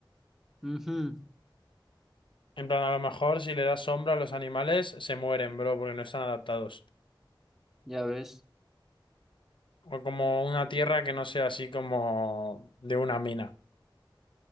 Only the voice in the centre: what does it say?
Ujú,
Ya ves.